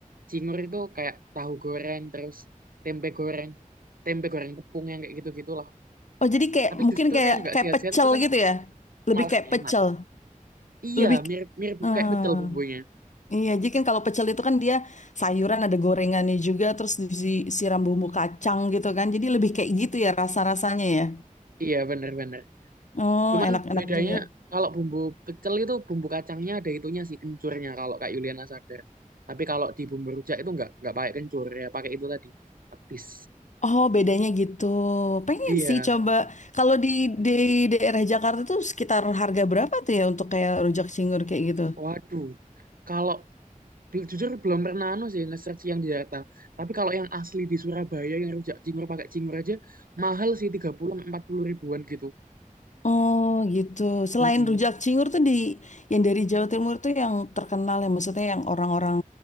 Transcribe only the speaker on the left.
Oh, jadi kayak
mungkin
kayak
kayak
pecel
gitu ya? Lebih
kayak
pecel.
Lebih
Hmm,
iya, jadi kan kalau pecel itu kan dia sayuran ada gorengannya juga terus disiram bumbu kacang gitu kan. Jadi lebih kayak gitu ya rasa-rasanya ya.
Oh,
enak-enak
juga.
Oh, bedanya gitu. Pengen
sih coba kalau di di daerah Jakarta tuh sekitar harga berapa tuh ya untuk kayak rujak cingur kayak gitu?
Oh, gitu. Selain
rujak cingur tuh di yang dari Jawa Timur tuh yang terkenal ya maksudnya yang orang-orang